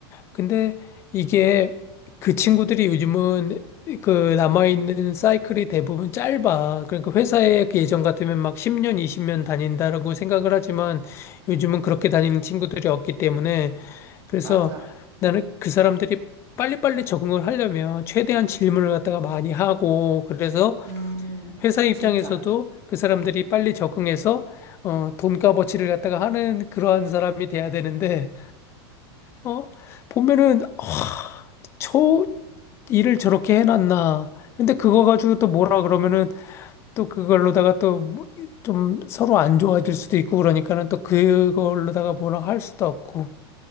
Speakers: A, on the left; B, on the right.
A: 근데 이게 그 친구들이 요즘은 그 남아있는 사이클이 대부분 짧아. 그러니까 회사에 그 예전 같으면 막 10년, 20년 다닌다라고 생각을 하지만 요즘은 그렇게 다니는 친구들이 없기 때문에 그래서
B: 맞아.
A: 나는 그 사람들이 빨리빨리 적응을 하려면 최대한 질문을 갖다가 많이 하고 그래서
B: 음,
A: 회사 입장에서도
B: 진짜.
A: 그 사람들이 빨리 적응해서 어, 돈값어치를 갖다가 하는 그러한 사람이 돼야 되는데 어, 보면은 어, 저 일을 저렇게 해놨나. 근데 그거 가지고 또 뭐라 그러면은 또 그걸로다가 또 좀 서로 안 좋아질 수도 있고 그러니까는 또 그걸로다가 뭐라 할 수도 없고.